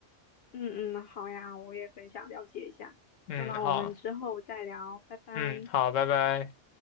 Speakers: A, on the left; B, on the left.
A: 嗯嗯，好呀，我也很想了解一下，
B: 嗯，
A: 那么我们之后再聊，
B: 好，
A: 拜拜。
B: 嗯，好，拜拜。